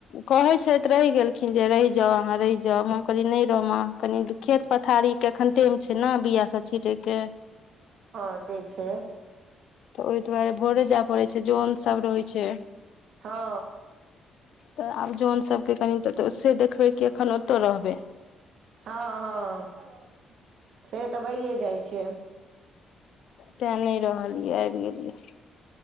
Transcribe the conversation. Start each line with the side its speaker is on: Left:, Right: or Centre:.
Left: कहै छथि रहि गेल देख जे रहिज हहाँ रहिज मन कहली नहि रमा कनि खेत पथारी के एखन टेम छै ने बिया सब छीटे के
Right: कसे छै
Left: तऽ ओहि दुआरे भोरे जाय पड़ै छै जोन सभ रहै छ
Right: हँ
Left: तऽ आब जोन सबके कनि से देख एखन ओतऽ रहबैइ
Right: हँ हँ से तऽ भइए जाइ छैइ
Left: त नई रहलिअई आबि गेलियैइ